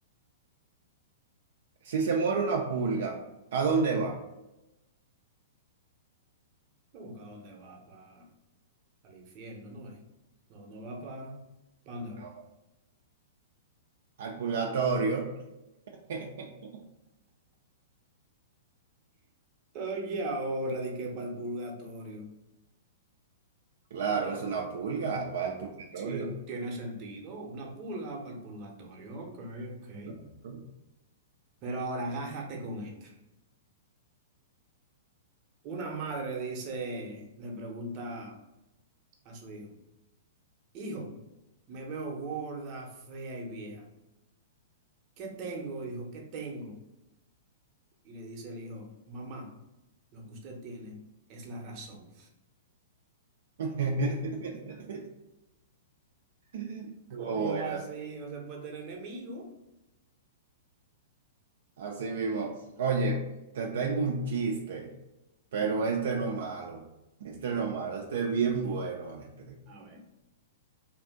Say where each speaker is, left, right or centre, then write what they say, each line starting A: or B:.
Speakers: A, on the right (about 70°); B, on the right (about 40°).
A: Si se muere una pulga, ¿a dónde va?
B: Busca dónde va, pa. Al infierno, no es. No, no va para... ¿Para dónde va?
A: No, Al purgatorio. <laughs>
B: Oye, ahora di que para el purgatorio.
A: Claro,
B: No,
A: es una pulga, va al purgatorio.
B: sí, tiene sentido. Una pulga para el purgatorio. Ok, ok.
A: Claro.
B: Pero ahora agárrate con esta. Una madre le dice, le pregunta a su hijo, hijo, me veo gorda, fea y vieja. ¿Qué tengo, hijo? ¿Qué tengo? Y le dice el hijo, mamá, lo que usted tiene es la razón.
A: <laughs> Estuvo
B: Con hijo
A: buena,
B: así no se puede tener enemigo.
A: así mismo. Oye, te tengo un chiste, pero este no es malo. Este no es malo, este es bien bueno este.
B: A ver,